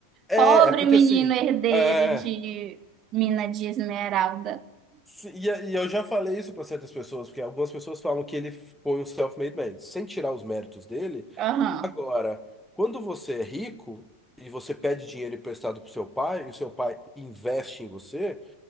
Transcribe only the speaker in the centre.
É,
é porque
assim,
é,
se- e, e eu já falei isso para certas pessoas, porque algumas pessoas falam que ele foi um self-made man, sem tirar os méritos dele.
Agora, quando você é rico e você pede dinheiro emprestado pro seu pai, e o seu pai investe em você,